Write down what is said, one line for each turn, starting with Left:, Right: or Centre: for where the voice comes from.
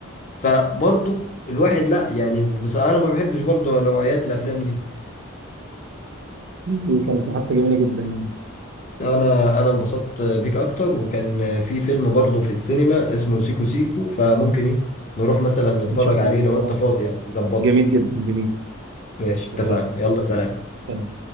Left: فبرضو الواحد لا يعني بص... أنا ما بحبش برضو نوعيات الأفلام دي
Right: دي كانت محادثه جميله جدا يعني
Left: انا انا انبسطت بيك اكتر وكان في فيلم برضه في السينما اسمه سيكو سيكو فممكن ايه نروح مثلا نتفرج
Right: ان شاء
Left: عليه
Right: الله
Left: لو انت
Right: اه
Left: فاضي يعني ظبطها
Right: جميل جدا جميل
Left: ماشي اتفقنا
Right: شكرا
Left: يلا سلام
Right: سلام